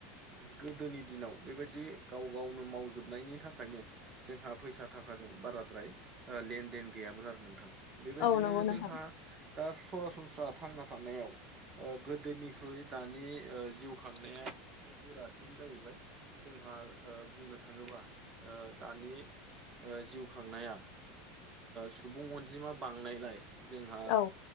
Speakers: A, on the right (about 20°); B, on the left (about 45°).
A: गोदोनि दिनाव बेबायदि गाव गावनो मावजोबनायनि थाखायनो जोंहा फैसा थाखाजों बाराद्राय लेन देन गैयामोन आरो नोंथां बेबायदिनो
B: औ नंगौ नोंथां
A: जोंहा दा सरासनस्रा थांना थानायाव गोदोनिख्रुइ दानि जिउ खांनाया से गोरासिन जाहैबाय जोंहा बुंनो थाङोबा दानि जिउ खांनाया सुबुं अनजिमा बांनायलाय जोंहा
B: औ